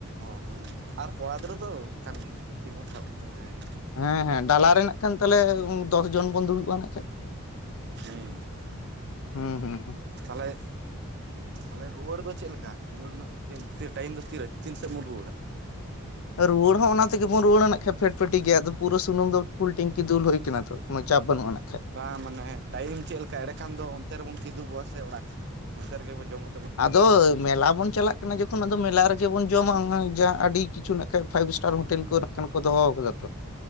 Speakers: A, on the right; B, on the left.
A: ᱚ ᱦᱮᱸ ᱟᱨ ᱠᱚᱲᱟ ᱜᱤᱫᱽᱨᱟᱹ ᱫᱚ ᱠᱷᱟᱱ ᱴᱷᱤᱠ ᱵᱚᱱ ᱥᱟᱦᱚᱵ ᱠᱚᱫᱚᱜ-ᱟ ᱦᱮᱸ᱾
B: ᱦᱮᱸ ᱦᱮᱸ ᱰᱟᱞᱟ ᱨᱮ ᱱᱟᱜ ᱠᱷᱟᱱ ᱛᱟᱦᱚᱸᱞᱮ ᱫᱚᱥ ᱡᱚᱱ ᱵᱚᱱ ᱫᱩᱲᱩᱵᱟ ᱱᱟᱜ ᱠᱷᱟᱡ᱾
A: ᱦᱩᱸ᱾
B: ᱦᱩᱸ ᱦᱩᱸ᱾
A: ᱛᱟᱦᱚᱸᱞᱮ᱾ ᱛᱟᱦᱚᱸᱞᱮ ᱨᱩᱣᱟᱹᱲ ᱫᱚ ᱪᱮᱫ ᱞᱮᱠᱟ ᱨᱩᱣᱟᱹᱲ ᱨᱮᱱᱟᱜ ᱴᱟᱭᱤᱢ ᱛᱤᱱᱟᱹᱜ ᱴᱟᱭᱤᱢ ᱫᱚ ᱛᱤ ᱨᱮ ᱛᱤᱱ ᱥᱮᱫ ᱵᱚᱱ ᱨᱩᱣᱟᱹᱲᱟ᱾
B: ᱨᱩᱣᱟᱹᱲ ᱦᱚᱸ ᱚᱱᱟ ᱛᱮᱜᱮ ᱵᱚᱱ ᱨᱩᱣᱟᱹᱲᱟ ᱱᱟᱜ ᱠᱷᱟᱡ ᱯᱷᱮᱰᱯᱷᱮᱴᱤ ᱜᱮ ᱟᱫᱚ ᱯᱩᱨᱟᱹ ᱥᱩᱱᱩᱢ ᱫᱚ ᱯᱷᱩᱞ ᱴᱮᱝᱠᱤ ᱫᱩᱞ ᱦᱳᱭ ᱠᱟᱱᱟ ᱛᱚ ᱠᱳᱱᱳ ᱪᱟᱯ ᱵᱟᱹᱱᱩᱜ ᱟᱱᱟ
A: ᱵᱟᱝ ᱢᱟᱱᱮ ᱴᱟᱭᱤᱢ ᱪᱮᱫ ᱞᱮᱠᱟ, ᱮᱲᱮ ᱠᱷᱟᱱ ᱫᱚ ᱚᱱᱛᱮ ᱨᱮᱵᱚᱱ ᱠᱤᱫᱩᱵᱚᱜ-ᱟ ᱥᱮ ᱚᱲᱟᱜ ᱚᱱᱛᱮ ᱨᱮ ᱜᱮ ᱵᱚᱱ ᱡᱚᱢᱟ
B: ᱟᱫᱚ᱾ ᱢᱮᱞᱟ ᱵᱚᱱ ᱪᱟᱞᱟᱜ ᱠᱟᱱᱟ ᱡᱚᱠᱷᱚᱱ ᱟᱫᱚ ᱢᱮᱞᱟ ᱨᱮ ᱜᱮ ᱵᱚᱱ ᱡᱚᱢᱟ ᱡᱟᱦᱟᱸ ᱟᱹᱰᱤ ᱠᱤᱪᱷᱩ ᱱᱟᱜ ᱠᱷᱟᱡ ᱯᱷᱟᱭᱤᱵᱽ ᱥᱴᱟᱨ ᱦᱳᱴᱮᱞ ᱠᱚᱨᱮᱱᱟᱜ ᱠᱷᱟᱱ ᱠᱚ ᱫᱚ ᱦᱚ ᱟᱠᱟᱫᱟ ᱛᱚ,